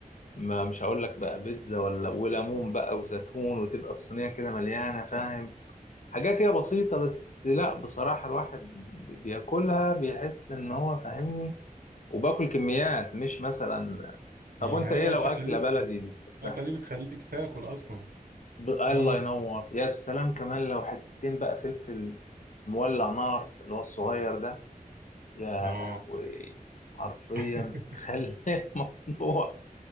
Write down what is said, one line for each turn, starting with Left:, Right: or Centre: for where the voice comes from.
Left: ما مش هقول لك بقى بيتزا ولا وليمون بقى وزيتون وتبقى الصينية كده مليانة فاهم حاجات هي بسيطة بس لا بصراحة الواحد بياكلها بيحس ان هو فاهمني وباكل كميات مش مثلا
Right: ما
Left: طب وانت ايه
Right: هي
Left: لو
Right: الأكلة
Left: اكلة
Right: دي
Left: بلدي بتحبها
Right: الأكلة دي بتخليك تاكل أصلا
Left: ب- الله
Right: امم
Left: ينور يا سلام كمان لو حتتين بقى فلفل مولع نار اللي هو الصغير ده يا
Right: اه
Left: لهوي حرفيا
Right: <laughs>
Left: تخلي <laughs> الموضوع